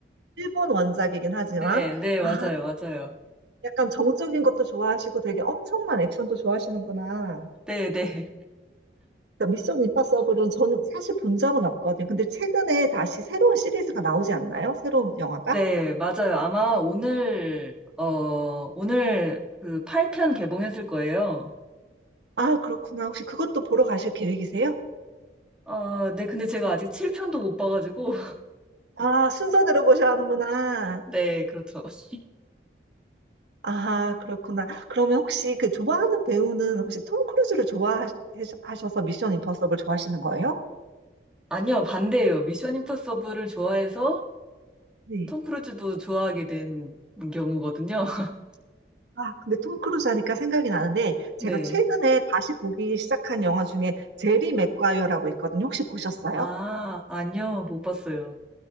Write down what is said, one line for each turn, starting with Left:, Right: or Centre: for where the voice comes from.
Right: 일본 원작이긴 하지만
Centre: 네, 네, 맞아요.
Right: 아
Centre: 맞아요.
Right: 약간 정적인 것도 좋아하시고 되게 엄청난 액션도 좋아하시는구나.
Centre: 네, 네.
Right: 그러니까 미션 임파서블은 저는 사실 본 적은 없거든요. 근데 최근에 다시 새로운 시리즈가 나오지 않나요? 새로운 영화가?
Centre: 네, 맞아요. 아마 오늘, 어, 오늘 그 8편 개봉했을 거예요.
Right: 아 그렇구나. 혹시 그것도 보러 가실 계획이세요?
Centre: 어, 네, 근데 제가 아직 7편도 못 봐가지고
Right: 아 순서대로 보셔야 하는구나.
Centre: 네, 그렇죠. <laughs>
Right: 아 그렇구나. 그러면 혹시 그 좋아하는 배우는 혹시 톰 크루즈를 좋아하셔서 미션 임파서블 좋아하시는 거예요?
Centre: 아니요, 반대예요. 미션 임파서블을 좋아해서
Right: 네.
Centre: 톰 크루즈도 좋아하게 된 경우거든요. <laughs>
Right: 아, 근데 톰 크루즈 하니까 생각이 나는데 제가
Centre: 네.
Right: 최근에 다시 보기 시작한 영화 중에 제리 맥과이어라고 있거든요. 혹시 보셨어요?
Centre: 아, 아니요, 못 봤어요.